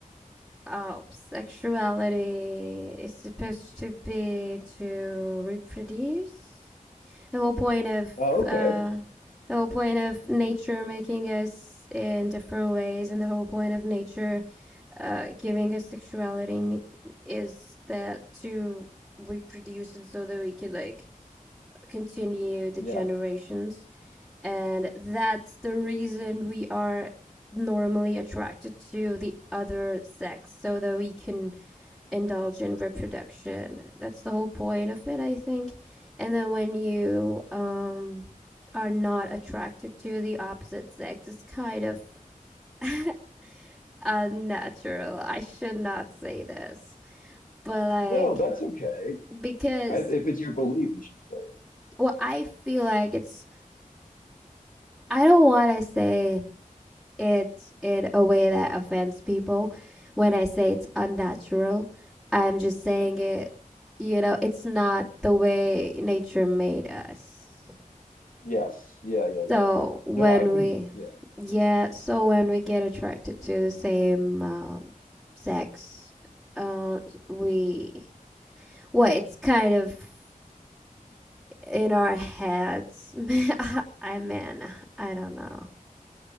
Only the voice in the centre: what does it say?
uh, sexuality is supposed to be to reproduce. The whole point of
uh,
the whole point of nature making us in different ways, and the whole point of nature uh, giving us sexuality me- is that to reproduce, and so that we can like continue the
generations and that's the reason we are normally attracted to the other sex so that we can indulge in reproduction that's the whole point of it i think and then when you um are not attracted to the opposite sex it's kind of <laughs> unnatural i should not say this but like
because
well i feel like it's i don't want to say it in a way that offends people. When I say it's unnatural, I'm just saying it, you know, it's not the way nature made us.
So when
we,
yeah, so when we get attracted to the same um, sex, uh, we, well, it's kind of in our heads. <laughs> I mean, I don't know.